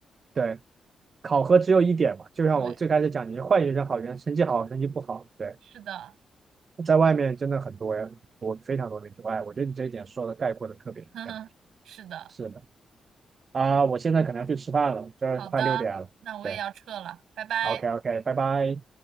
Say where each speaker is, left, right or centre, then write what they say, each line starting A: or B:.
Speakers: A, on the right; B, on the right.
A: 对，考核只有一点嘛，就像我最开始讲，
B: 对，
A: 你是坏学生、好学生，成绩好、成绩不好，对，
B: 是的，
A: 在外面真的很多呀，我非常多那种，哎，我觉得你这一点说的概括的特别特别好，
B: <laughs> 哼哼，是的，
A: 是的。啊，我现在可能要去吃饭了，这儿快六点了。
B: 好的，那我也要撤了，
A: 对
B: 拜拜。
A: ，OK OK，拜拜。